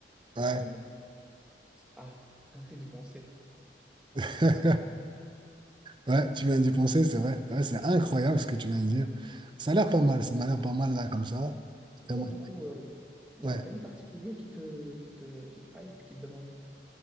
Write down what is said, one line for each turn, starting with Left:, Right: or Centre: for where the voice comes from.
Centre: je pense.
Right: Ouais,
Centre: euh, me- Ah, rien que d'y penser.
Right: <laughs> ouais, tu viens d'y penser, c'est vrai. Ouais, c'est incroyable ce que tu viens de dire. Ça a l'air pas mal, ça m'a l'air pas mal, là, comme ça.
Centre: Et
Right: Après,
Centre: toi,
Right: moi...
Centre: du coup, il y
Right: ouais.
Centre: a un pays particulier qui te, qui te, qui te hype, qui te donne envie?